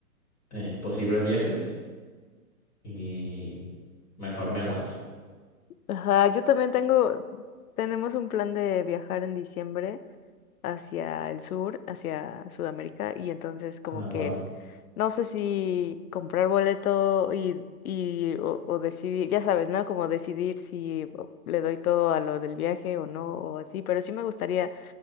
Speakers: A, on the left; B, on the left.
A: eh, posible viaje y mejor me aguanto.
B: Ajá, yo también tengo, tenemos un plan de viajar en diciembre hacia el sur, hacia Sudamérica, y entonces como
A: Ah,
B: que
A: wow.
B: n- no sé si comprar boleto y, y o, o decidir, ya sabes, ¿no? Como decidir si o, le doy todo a lo del viaje o no, o así, pero sí me gustaría